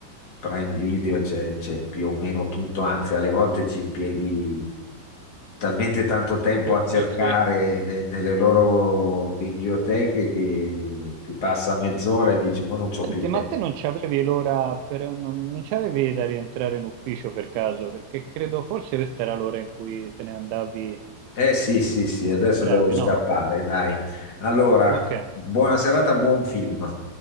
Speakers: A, on the left (about 25°); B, on the right (about 80°).
A: Prime Video, c'è c'è più o meno tutto, anzi alle volte ci impieghi talmente tanto tempo
B: Sì,
A: a cercare
B: sì, sì.
A: ne- nelle loro biblioteche che ti passa mezz'ora e dici, ma non c'ho
B: Senti,
A: più tempo.
B: ma te non c'avevi l'ora per, non, non c'avevi da rientrare in ufficio per caso? Perché credo forse questa era l'ora in cui te ne andavi,
A: Eh sì, sì, sì, adesso
B: entravi,
A: devo scappare,
B: no?
A: dai. Allora,
B: Ok,
A: buona serata, buon film.